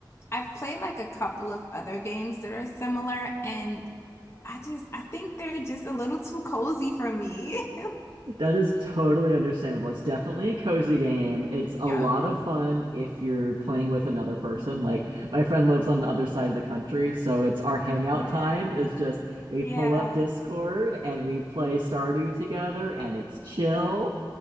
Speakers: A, on the left; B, on the right.
A: I've played like a couple of other games that are similar, and I just I think they're just a little too cozy for me. <laughs>
B: That is totally understandable. It's definitely a cozy game. It's a
A: Yeah.
B: lot of fun if you're playing with another person. Like my friend lives on the other side of the country, so it's our hangout
A: Yeah,
B: time is just we pull
A: yeah.
B: up Discord and we play Stardew together and it's chill.